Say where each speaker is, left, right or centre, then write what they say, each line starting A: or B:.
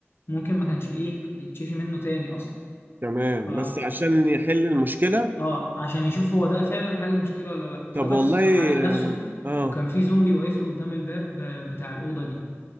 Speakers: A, on the left; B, on the right.
A: ممكن ما كانش إيه يتشفي منه تاني أصلا
B: تمام
A: ف
B: بس عشان يحل المشكله
A: آه فعشان يشوف هو ده فعلا حل المشكلة ولا لأ فبس
B: طب والله
A: فحقن نفسه
B: اه
A: وكان في زومبي واقف له قدام الباب آه، بتاع الأوضة دي